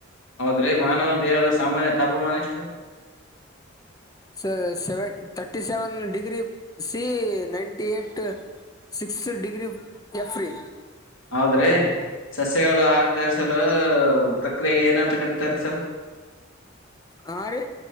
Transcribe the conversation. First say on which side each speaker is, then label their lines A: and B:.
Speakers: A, on the left; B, on the left.
A: ಹೌದ್ರಿ ಮಾನವ ದೇಹದ ಸಾಮಾನ್ಯ ತಾಪಮಾನ ಎಷ್ಟ್ರೀ.
B: Sir seven thirty seven degree C ninety eight six degree F ರಿ.
A: ಹೌದ್ರಿ ಸಸ್ಯಗಳು ಆಹಾರ ತಯಾರಿಸಲು ಪ್ರಕ್ರಿಯೆಗೆ ಏನ ಅಂತ ಕರೀತಾರೀ ಸರ್.
B: ಹ ರೀ